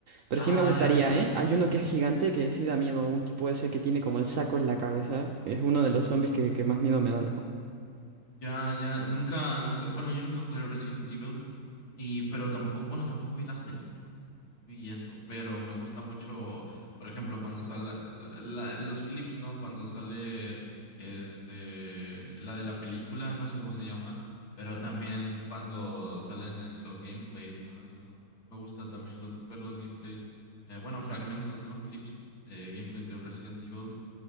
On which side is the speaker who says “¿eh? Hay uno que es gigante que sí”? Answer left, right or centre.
Right